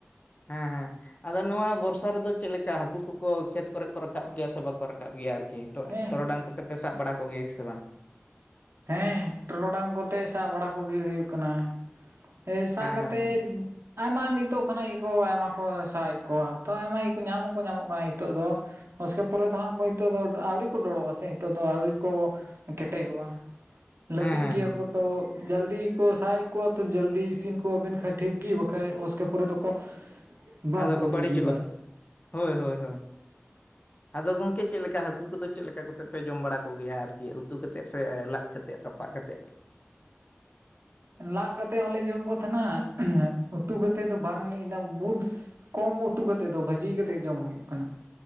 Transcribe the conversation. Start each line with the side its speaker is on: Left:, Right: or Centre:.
Left: ᱦᱮᱸ ᱦᱮᱸ ᱾ ᱟᱫᱚ ᱱᱚᱣᱟ ᱵᱚᱨᱥᱟ ᱨᱮᱫᱚ ᱪᱮᱫ ᱞᱮᱠᱟ ᱦᱟᱹᱠᱩ ᱠᱚᱠᱚ ᱠᱷᱮᱛ ᱠᱚᱨᱮ ᱠᱚ ᱨᱟᱠᱟᱵ ᱜᱮᱭᱟ ᱥᱮ ᱵᱟᱠᱚ ᱨᱟᱠᱟᱵ ᱜᱮᱭᱟ ᱟᱨᱠᱤ ᱾ ᱴᱚ
Right: ᱦᱮᱸ
Left: ᱴᱚᱨᱚᱰᱟᱝ ᱠᱚᱛᱮ ᱯᱮ ᱵᱟᱲᱟ ᱠᱚᱜᱮᱭᱟ ᱥᱮ ᱵᱟᱝ?
Right: ᱦᱮᱸ ᱴᱚᱨᱚᱰᱟᱝ ᱠᱚᱛᱮ ᱥᱟᱵ ᱵᱟᱲᱟ ᱠᱚᱜᱮ ᱦᱩᱭᱩᱜ ᱠᱟᱱᱟ᱾ ᱦᱮᱸ ᱥᱟᱵ ᱠᱟᱛᱮᱫ
Left: ᱦᱮᱸ ᱦᱮᱸ
Right: ᱟᱭᱢᱟ ᱱᱤᱛᱚᱜ ᱠᱷᱚᱱᱟᱜ ᱜᱮᱠᱚ ᱟᱭᱢᱟ ᱠᱚ ᱥᱟᱵᱮᱫ ᱠᱚᱣᱟ ᱛᱚ ᱟᱭᱢᱟ ᱠᱚ ᱧᱟᱢ ᱦᱚᱸᱠᱚ ᱧᱟᱢᱚᱜ ᱠᱟᱱᱟ ᱱᱤᱛᱚᱜ ᱫᱚ᱾ ᱩᱥᱠᱮ ᱯᱚᱨᱮ ᱫᱚ ᱦᱟᱸᱜ ᱠᱚ ᱱᱤᱛᱚᱜ ᱫᱚ ᱟᱹᱣᱨᱤ ᱠᱚ ᱵᱚᱲᱚᱜ-ᱟ ᱥᱮ ᱱᱤᱛᱚᱜ ᱫᱚ ᱟᱹᱣᱨᱤ ᱠᱚ ᱠᱮᱴᱮᱡᱚᱜ-ᱟ᱾ ᱞᱟᱹᱵᱤᱜ
Left: ᱦᱮᱸ ᱦᱮᱸ
Right: ᱜᱮᱭᱟ
Left: ᱦᱮᱸ
Right: ᱠᱚ᱾ ᱛᱚ ᱡᱟᱞᱫᱤ ᱠᱚ ᱥᱟᱜ-ᱮᱫ ᱠᱚᱣᱟ ᱛᱚ ᱡᱟᱞᱫᱤ ᱤᱥᱤᱱ ᱠᱚᱣᱟᱵᱮᱱ ᱠᱷᱟᱡ ᱴᱷᱤᱠ ᱜᱮ ᱵᱟᱠᱷᱟᱡ ᱚᱥᱠᱮ ᱯᱚᱨᱮ ᱫᱚᱠᱚ ᱵᱟᱝᱠᱚ
Left: ᱟᱫᱚ ᱠᱚ
Right: ᱥᱤᱵᱤᱞᱟ
Left: ᱵᱟᱹᱲᱤᱡᱚᱜ-ᱟ ᱾ <inaudible> ᱦᱳᱭ ᱦᱳᱭ ᱦᱳᱭ ᱾ <inaudible> ᱟᱫᱚ ᱜᱚᱝᱠᱮ ᱪᱮᱫ ᱞᱮᱠᱟ ᱦᱟᱹᱠᱩ ᱠᱚᱫᱚ ᱪᱮᱫ ᱞᱮᱠᱟ ᱠᱟᱛᱮᱫ ᱯᱮ ᱡᱚᱢ ᱵᱟᱲᱟ ᱠᱚᱜᱮᱭᱟ ᱟᱨᱠᱤ ᱩᱛᱩ ᱠᱟᱛᱮᱫ ᱥᱮ ᱞᱟᱫ ᱠᱟᱛᱮᱫ ᱨᱟ ᱯᱟᱜ ᱠᱟᱛᱮᱫ?
Right: ᱞᱟᱜ ᱠᱟᱛᱮᱫ ᱦᱚᱞᱮ ᱡᱚᱢ ᱠᱚ ᱛᱟᱦᱮᱱᱟ ᱩᱛᱩ ᱠᱟᱛᱮᱫ ᱫᱚ ᱵᱟᱝᱞᱮ ᱤᱱᱟᱹ ᱵᱩᱫ ᱠᱚᱢ ᱩᱛᱩ ᱠᱟᱛᱮᱫ ᱫᱚ ᱵᱷᱟᱹᱡᱤ ᱠᱟᱛᱮᱫ ᱡᱚᱢ ᱦᱩᱭᱩᱜ ᱠᱟᱱᱟ᱾